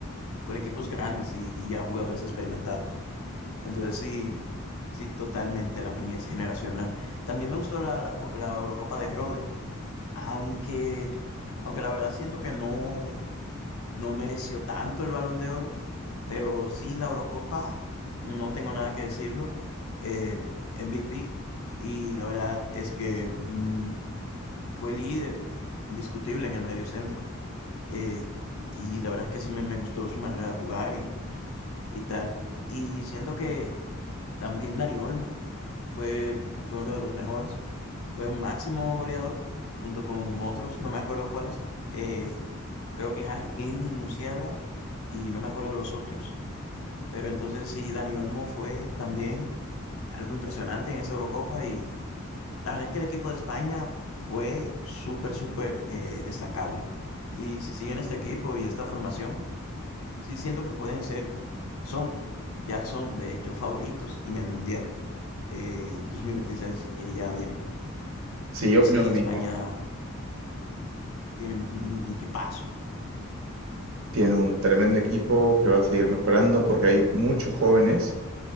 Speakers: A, on the left (about 85°); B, on the right (about 70°).
A: con equipos grandes y, y ya jugadores experimentados. Entonces sí, sí, totalmente Lamine es generacional. También me gustó la, la co- la Eurocopa de Rodri, aunque... Aunque la verdad siento que no, no mereció tanto el Balón de Oro, pero sí la Eurocopa, no tengo nada que decirlo. eh, MVP, y la verdad es que mm, fue líder indiscutible en el medio centro. eh, y la verdad es que sí me, me gustó su manera de jugar y, y tal. Y siento que también Dani Olmo fue, fue uno de los mejores. Fue máximo goleador, junto con otros, no me acuerdo cuáles. eh, creo que Harry Kane y Musiala, y no me acuerdo de los otros. Pero entonces sí, Dani Olmo fue también algo impresionante en esta Eurocopa. Y la verdad es que el equipo de España fue súper, súper eh, destacable. Y si siguen este equipo y esta formación, sí siento que pueden ser, son, ya son de hecho favoritos en el Mundial eh, 2026 que ya viene.
B: Sí,
A: Entonces
B: yo opino
A: sí,
B: lo
A: España
B: mismo.
A: tiene un, un equipazo.
B: Tiene un tremendo equipo que va a seguir mejorando porque hay muchos jóvenes